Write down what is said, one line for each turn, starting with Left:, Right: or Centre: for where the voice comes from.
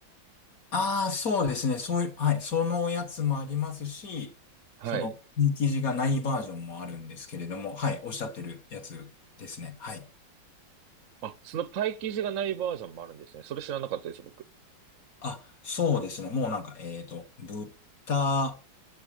Left: ああ、そうですね。そういう、はい。そのやつもありますし、
Right: はい。
Left: その、生地がないバージョンもあるんですけれども、はい。おっしゃってるやつですね。はい。
Right: あ、そのパイ生地がないバージョンもあるんですね。それ知らなかったです、僕。
Left: あ、そうですね。もうなんか、えっと、豚